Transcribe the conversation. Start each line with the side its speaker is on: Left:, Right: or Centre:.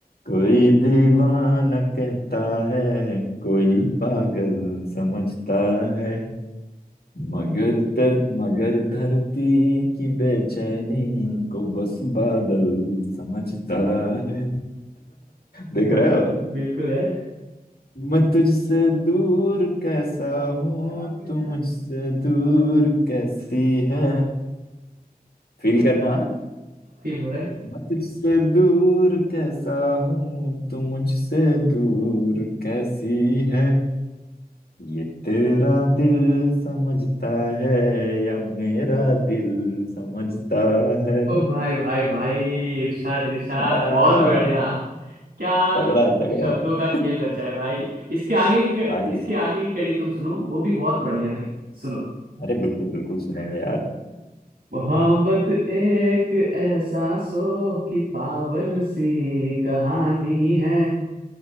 Left: कोई दीवाना कहता है कोई पागल समझता है मगर तर मगर धरती की बेचैनी को बस बादल समझता है देख
Right: वाह
Left: रहे
Right: वाह,
Left: हो
Right: बिल्कुल है
Left: मैं तुझसे दूर कैसा हूँ
Right: हाँ फील
Left: तू मुझसे दूर कैसी है फील करना हाँ?
Right: हो रहा है
Left: मैं तुझसे दूर कैसा हूँ तू मुझसे दूर कैसी है ये तेरा दिल समझता है या मेरा दिल समझता है
Right: ओ भाई भाई भाई इरशाद इरशाद
Left: आ,
Right: बहुत बढ़िया क्या
Left: तगड़ा तगड़ा
Right: शब्दों
Left: है
Right: का खेल रचा है भाई इसके आगे की
Left: भाई
Right: इसके आगे की कड़ी तुम सुनो वो भी बहुत बढ़िया है भाई सुनो
Left: अरे बिल्कुल बिल्कुल सुनेंगे यार
Right: मोहब्बत एक एहसासों की पावन सी कहानी है